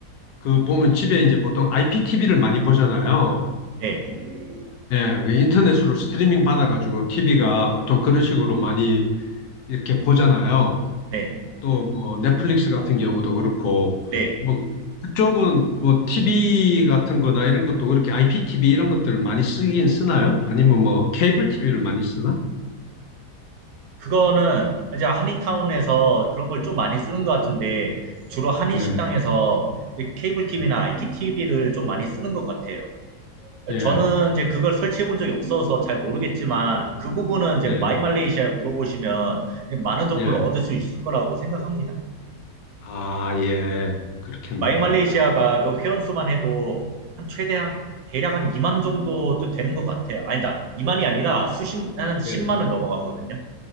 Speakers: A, on the left (about 80°); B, on the right (about 70°).
A: 그 보면 집에 이제 보통 IPTV를 많이 보잖아요.
B: 네,
A: 예, 그 인터넷으로 스트리밍 받아가지고 TV가 보통 그런 식으로 많이 이렇게 보잖아요.
B: 네,
A: 또 뭐 넷플릭스 같은 경우도 그렇고
B: 네.
A: 뭐 그쪽은 뭐 TV 같은 거나 이런 것도 그렇게 IPTV 이런 것들을 많이 쓰긴 쓰나요? 아니면 뭐 케이블 TV를 많이 쓰나?
B: 그거는 이제 한인타운에서 그런 걸 좀 많이 쓰는 것 같은데 주로 한인
A: 예,
B: 식당에서 케이블
A: 예,
B: TV나 IPTV를 좀 많이 쓰는 것 같아요.
A: 예,
B: 저는 이제 그걸 설치해 본 적이 없어서 잘 모르겠지만 그 부분은 이제
A: 예.
B: 마이말레이시아에 물어보시면 많은 정보를
A: 예.
B: 얻을 수 있을 거라고 생각합니다.
A: 아, 예. 그렇겠네요.
B: 마이말레이시아가 그 회원 수만 해도 한 최대한 대략 한 2만 정도도 되는 것 같아요. 아니다. 2만이 아니라 수십, 한 10만을
A: 예.
B: 넘어가거든요.